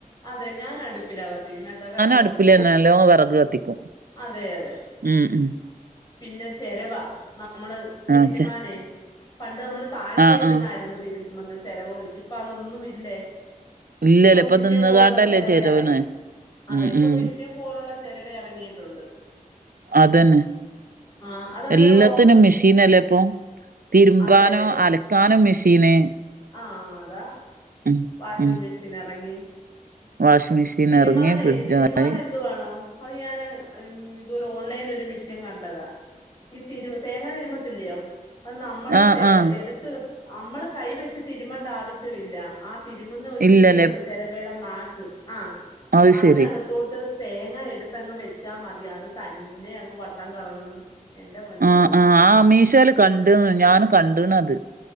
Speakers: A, on the left; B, on the right.
A: അതെ ഞാൻ അടുപ്പിലാ കത്തിക്കുന്ന കേട്ടാ വിറകടുപ്പാ
B: അടുപ്പിലെന്നെ നല്ലോം വെറക് കത്തിക്കും
A: അതെ അതെ
B: ഉം ഉം
A: പിന്നെ ചെരവ നമ്മള് തിരുമാനേ
B: ആ ച്ചെ
A: പണ്ട് നമ്മൾ താഴെ
B: ആഹ്
A: ഇരുന്നായിരുന്നു
B: ആഹ്
A: തിരുമന്ന് ചെരവ് വഴിച്ചച്ച് ഇപ്പ അതൊന്നുമില്ലേ
B: ഇല്ലല്ല
A: ഇപ്പൊ മിഷ്യൻ
B: നിന്ന്കാണ്ടല്ലേ
A: പോലുള്ള ചിരവ
B: ചെരവ്ണ്
A: ഇറങ്ങി അതെ
B: ഉം
A: ഇപ്പൊ
B: ഉം
A: മിഷ്യൻ പോലുള്ള ചിരവ ഇറങ്ങിയിട്ടുണ്ട്
B: അതന്നെ
A: ആഹ് അതറിയാവോ
B: എല്ലാത്തിനും മെഷീൻ അല്ലേ ഇപ്പൊ തിരുമ്പാനോ
A: അതെ അതെ
B: അലക്കാനോ മെഷീന്
A: ആഹ് അതാ
B: ഉം
A: വാഷിങ്
B: ഉം
A: മെഷീൻ ഇറങ്ങി
B: വാഷിംഗ് മെഷീൻ
A: തിരുമാനേ
B: എറങ്ങി ഫ്രിഡ്ജായി
A: തിരുമാനെന്തുവാേണോ അത് ഞാന് ഇതുപോലെ ഓൺലൈനൽ ഒരു മിഷ്യൻ കണ്ടതാ ഈ തിരുമ തേങ്ങാ തിരുമ്പത്തില്ലയോ അത് നമ്മള്
B: ആഹ്
A: ചെര
B: ആഹ്
A: എടുത്ത് നമ്മള് കൈ വെച്ച് തിരുമണ്ട ആവശ്യമില്ല ആ തിരുമുന്ന ഒരു
B: ഇല്ലല്ലേ
A: മിഷീൻുണ്ട് ചിരവേയുടെ നാക്ക് ആ
B: അത്
A: അതിനകത്തോട്ട്
B: ശെരി
A: തേങ്ങ എടുത്ത്ങ്ങ് വെച്ചാൽ മതി അത് തന്നെ അങ്ങ് വട്ടം കറങ്ങുന്നു എന്റെ പൊന്നോ
B: ആഹ് ആഹ് ആ മീഷോൽ കണ്ട് ഞാന് കണ്ട്ണത്